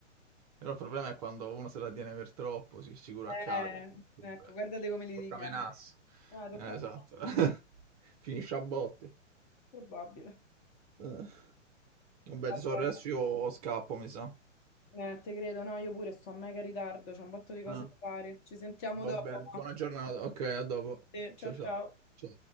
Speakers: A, on the right; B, on the left.
A: Però il problema è quando uno se la tiene per troppo, si sicuro accade.
B: Eh,
A: figurati.
B: ecco, guardate come li
A: Tocca
B: litighiamo.
A: menasse.
B: Ah, tocca
A: Eh,
B: a
A: esatto.
B: me.
A: <laughs> Finisce a botte.
B: Probabile.
A: Eh. Vabbè,
B: Vabbè.
A: tesoro, adesso io scappo, mi sa.
B: Eh, te credo, no, io pure sto a mega ritardo, c'è un botto di cose
A: Eh,
B: da fare. Ci sentiamo
A: va
B: dopo.
A: bene, buona
B: ma-
A: giornata. Ok, a dopo.
B: Sì, ciao
A: Ciao
B: ciao.
A: ciao. Ciao.